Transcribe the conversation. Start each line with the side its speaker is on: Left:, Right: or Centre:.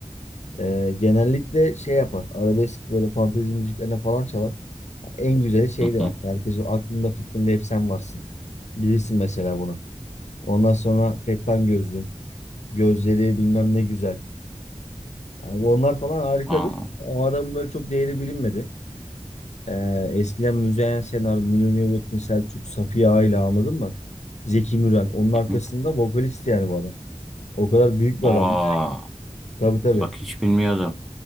Left: E, genellikle şey yapar. Arabesk böyle fantezi müziklerine falan çalar. En güzeli şeydir
Centre: hı hı.
Left: hatta. Herkes o aklında fikrinde hep sen varsın. Bilirsin mesela bunu. Ondan sonra Fettan Gözlüm. Gözleri bilmem ne güzel. Yani onlar falan harikadır.
Centre: Aa,
Left: O adam böyle çok değeri bilinmedi. Ee, eskiden Müzeyyen Senar, Münir Nurettin Selçuk, Safiye Ayla anladın mı? Zeki Müren. Onun arkasında
Centre: hı.
Left: vokalist yani bu adam. O kadar büyük bir
Centre: Aa,
Left: adamdı. Tabii tabii.
Centre: bak hiç bilmiyordum.